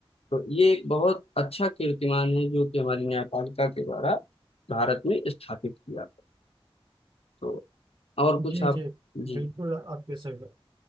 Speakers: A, on the left (about 75°); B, on the right (about 35°).
A: तो ये एक बहुत अच्छा कीर्तिमान है जो कि हमारी न्यायपालिका के द्वारा भारत में स्थापित किया गया। तो और
B: जी
A: कुछ
B: जी
A: आप जी
B: बिल्कुल आपके सही बात।